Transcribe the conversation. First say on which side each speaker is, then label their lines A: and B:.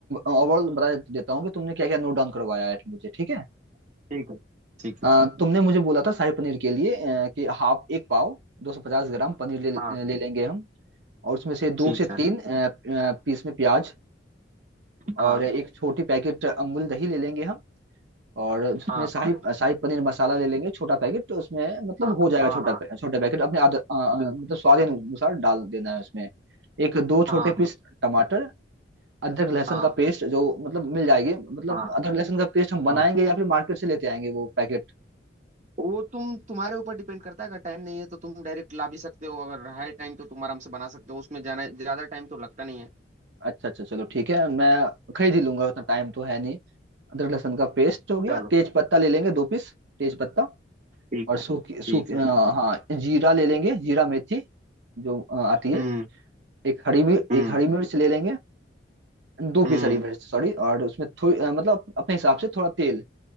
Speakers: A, on the right; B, on the right.
A: ओवरऑल बता दे- देता हूँ कि तुमने क्या क्या नोट डाउन करवाया है मुझे ठीक है
B: ठीक है ठीक
A: आ,
B: है।
A: तुमने मुझे बोला था शाही पनीर के लिए आ, कि हाफ एक पाव 250 ग्राम पनीर ले,
B: हाँ
A: ले लेंगे हम और उसमें से दो
B: ठीक
A: से
B: है
A: तीन आ, आ, पीस में प्याज
B: हाँ
A: और एक छोटी पैकेट अमूल दही ले लेंगे हम और उसमें
B: हाँ
A: शाही शाही पनीर मसाला ले लेंगे छोटा पैकेट तो उसमें मतलब
B: हाँ
A: हो जाएगा
B: हाँ
A: छोटा
B: हाँ
A: पै- छोटा पैकेट अपने आद, आ, आ,
B: बिल्कुल
A: मतलब स्वाद अनुसार डाल देना है उसमें एक दो छोटे
B: हाँ हाँ
A: पीस टमाटर अदरक लहसुन
B: हाँ
A: का पेस्ट जो मतलब मिल जाएगी मतलब
B: हाँ
A: अदरक लहसुन का पेस्ट हम बनाएंगे
B: हाँ
A: या फिर मार्केट से लेते आएंगे वो पैकेट
B: वो तुम तुम्हारे ऊपर डिपेंड करता है अगर टाइम नहीं है तो तुम डायरेक्ट ला भी सकते हो अगर है टाइम तो तुम आराम से बना सकते हो उसमें जाना ज्यादा टाइम तो लगता नहीं है
A: अच्छा अच्छा चलो ठीक है मैं खरीद ही लूंगा उतना टाइम तो है नहीं अदरक लहसुन का पेस्ट हो गया
B: चलो
A: तेज पत्ता ले लेंगे दो पीस तेज पत्ता
B: ठीक
A: और सूखी
B: है
A: सूखी
B: ठीक
A: अ,
B: है
A: हाँ जीरा ले लेंगे जीरा मेथी जो अ, आती है
B: हम्म
A: एक हरी मिर्च
B: हम्म
A: एक हरी मिर्च ले लेंगे दो
B: हम्म
A: पीस हरी मिर्च सॉरी और उसमें थोड़ी अ, मतलब अपने हिसाब से थोड़ा तेल